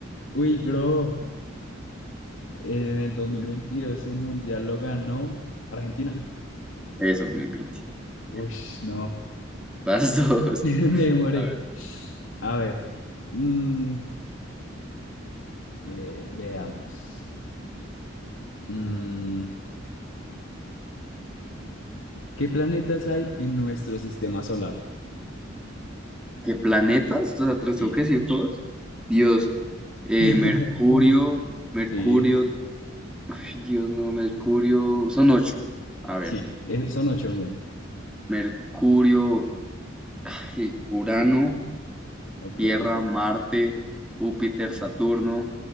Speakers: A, on the left (about 80°); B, in the centre.
A: Uy, bro, en el 2022 el Mundial lo ganó Argentina.
B: Eso, muy bien, sí.
A: Uy,
B: Bien.
A: no,
B: Vas <laughs> dos.
A: <laughs> me demoré.
B: A ver.
A: A ver, mm, le- veamos. Mm, ¿Qué planetas hay en nuestro sistema solar?
B: ¿Qué planetas? O sea, ¿te los
A: Sí.
B: tengo que decir todos? Dios, eh,
A: <laughs>
B: Mercurio, Mercurio,
A: Sí,
B: ay, Dios no, Mercurio, son ocho. A ver,
A: sí. Eh, son ocho, bien.
B: Mercurio, ay, Urano,
A: Ok.
B: Tierra, Marte, Júpiter, Saturno.